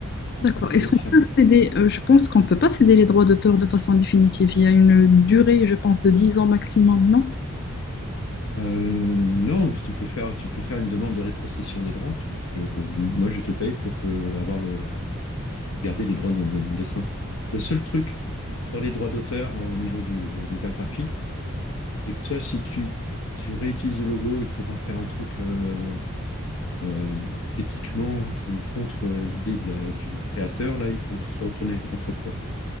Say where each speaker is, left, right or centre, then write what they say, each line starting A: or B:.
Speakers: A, on the left (about 45°); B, on the left (about 65°).
A: D'accord. Est-ce
B: peu différent.
A: qu'on peut céder? euh, je pense qu'on ne peut pas céder les droits d'auteur de façon définitive. Il y a une durée, je pense, de dix ans maximum, non?
B: Euh, non, tu peux faire, tu peux faire une demande de rétrocession des droits. Tu dis que euh, moi, je te paye pour que, avoir le, garder les droits de mon, de mon dessin. Le seul truc dans les droits d'auteur au niveau du, des arts graphiques, C'est que soit si tu, tu réutilises le logo et pour en faire un truc euh, euh, éthiquement qui est contre euh, l'idée de la- du créateur, là, il peut te- se retourner contre toi,